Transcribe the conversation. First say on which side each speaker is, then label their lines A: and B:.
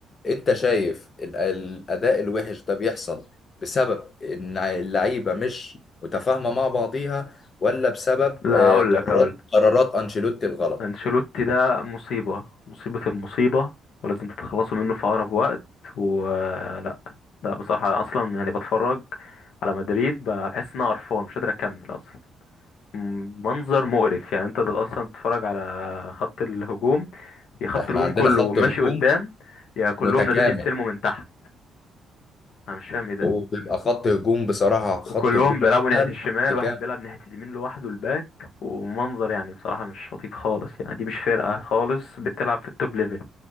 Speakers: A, on the left; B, on the left.
A: انت شايف ال- الاداء الوحش ده بيحصل بسبب ان اللعيبة مش متفاهمة مع بعضيها ولا بسبب
B: لا
A: آه،
B: اقول
A: قرارات
B: لك اقول
A: قرارات انشيلوتي الغلط
B: انشيلوتي ده مصيبة مصيبة المصيبة ولازم تتخلصوا منه في أقرب وقت ولا لا لا، بصراحة أصلا يعني بتفرج على مدريد بحس إن أنا قرفان مش قادر أكمل أصلا م- منظر مقرف يعني أنت ده أصلا تتفرج على خط الهجوم يا خط
A: احنا
B: الهجوم
A: عندنا
B: كله
A: خط
B: ماشي
A: هجوم
B: قدام يا كلهم
A: متكامل
B: نازلين يستلموا من تحت أنا مش فاهم إيه ده
A: وبيبقى خط هجوم بصراحة خط
B: وكلهم
A: هجوم
B: بيلعبوا
A: الريال
B: ناحية الشمال
A: مكان
B: واحد بيلعب ناحية اليمين لوحده الباك ومنظر يعني بصراحة مش لطيف خالص يعني دي مش فرقة خالص بتلعب في التوب ليفل